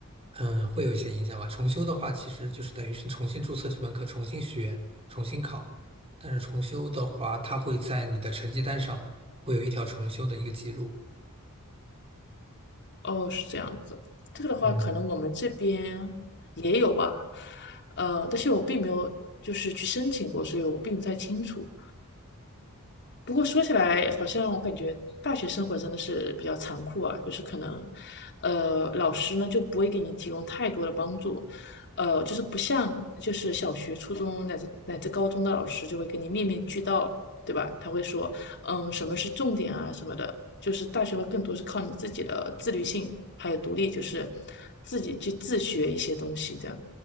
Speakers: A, on the right; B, on the left.
A: 嗯，会有一些影响吧。重修的话，其实就是等于是重新注册这门课，重新学，重新考。但是重修的话，它会在你的成绩单上会有一条重修的一个记录。
B: 哦，是这样子。这个的话，
A: 嗯
B: 可能我们这边也有吧，呃，但是我并没有就是去申请过，所以我并不太清楚。不过说起来，好像我感觉大学生活真的是比较残酷啊，就是可能，呃，老师呢就不会给你提供太多的帮助，呃，就是不像就是小学、初中乃至乃至高中的老师就会给你面面俱到，对吧？他会说，嗯，什么是重点啊什么的，就是大学会更多是靠你自己的自律性还有独立，就是自己去自学一些东西这的。